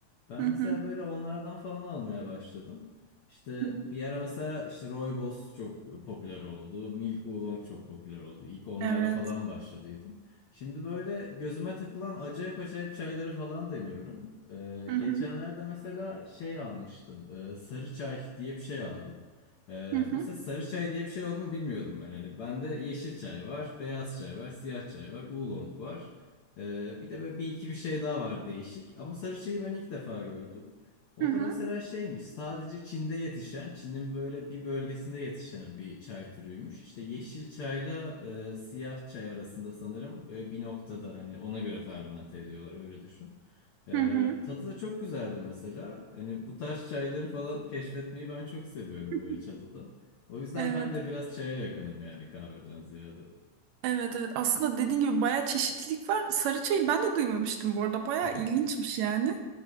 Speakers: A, on the left; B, on the right.
A: Ben
B: Hı hı.
A: mesela böyle onlardan falan almaya başladım. İşte
B: Hı hı.
A: bir
B: <laughs>
A: ara mesela işte Rooibos çok popüler oldu. Milk Oolong çok popüler oldu. İlk onlarla
B: Evet.
A: falan başladıydım. Şimdi böyle gözüme takılan acayip acayip çayları falan deniyorum. Ee,
B: Hı
A: geçenlerde
B: hı.
A: mesela şey almıştım. Ee, sarı çay diye bir şey aldım. Ee,
B: Hı
A: mesela
B: hı.
A: sarı çay diye bir şey olduğunu bilmiyordum ben. Hani bende yeşil çay var, beyaz çay var, siyah çay var, oolong var. Ee, bir de böyle bir iki bir şey daha var değişik. Ama sarı çayı ben ilk defa gördüm. O
B: Hı hı.
A: da mesela şeymiş, sadece Çin'de yetişen, Çin'in böyle bir bölgesinde yetişen bir çay türüymüş. İşte yeşil çayla e, siyah çay arasında sanırım böyle bir noktada hani ona göre fermente ediyorlar öyle düşün. Ee,
B: Hı hı.
A: tadı da çok güzeldi mesela. Hani bu tarz çayları falan keşfetmeyi ben çok seviyorum
B: <laughs>
A: böyle çadıda. O yüzden
B: Evet.
A: ben de biraz çaya yakınım yani kahveden ziyade.
B: Evet evet aslında dediğin gibi bayağı çeşitlilik var. Sarı çayı ben de duymamıştım bu arada bayağı
A: Hı hı.
B: ilginçmiş yani.